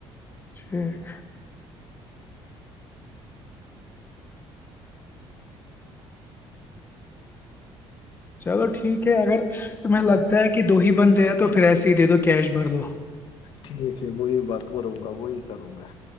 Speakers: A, on the left; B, on the left.
A: ٹھیک چلو ٹھیک ہے اگر تمہیں لگتا ہے کہ کہ دو ہی بندے ہیں تو پھر ایسے ہی دے دو کیش بھر دو
B: ٹھیک ہے وہی وقف رہوں گا وہی کروں گا